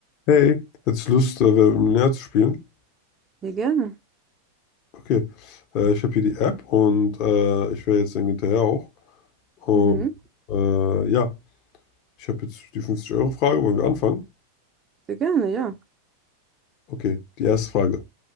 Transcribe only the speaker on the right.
Ja, gerne.
Mhm.
Sehr gerne, ja.